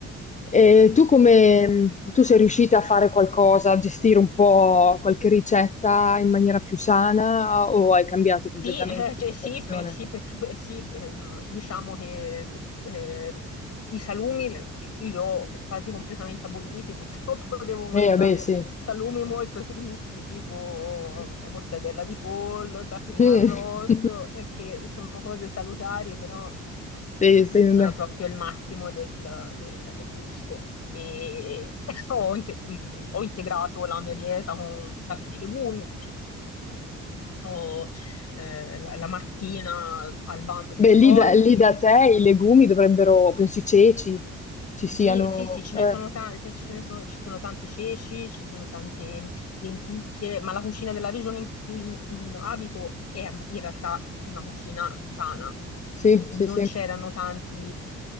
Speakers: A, on the left; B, on the left.
A: E tu come, tu sei riuscita a fare qualcosa, a gestire un po' qualche ricetta in maniera più sana o hai cambiato completamente
B: Sì, eh,
A: l'alimentazione?
B: cioè sì, per- sì, perché eh, sì, ehm, diciamo che ehm, i salumi li li ho quasi completamente aboliti, purtroppo <laughs> devo mangiare
A: Eh, vabbè, sì.
B: salumi molto tristi, tipo
A: Mh.
B: mortadella di pollo, tacchino
A: <laughs>
B: arrosto, eh, che sono cose salutari, però
A: Sì,
B: non
A: sì, non
B: sono
A: è
B: proprio il massimo del, del- del gusto. E <laughs> ho, inte- mh, ho integrato la mia dieta con un sacco di legumi, o eh, la, la mattina al bando i
A: beh,
B: biscotti,
A: lì da lì da te
B: s-
A: i legumi dovrebbero penso i ceci ci siano
B: sì, sì, sì, ce
A: eh,
B: ne sono tanti, ce ne sono, ci sono tanti ceci, ci sono tante lenticchie, ma la cucina della regione in cui mh, abito è ab- in realtà una cucina sana.
A: sì,
B: N-
A: sì,
B: Non
A: sì.
B: c'erano tanti,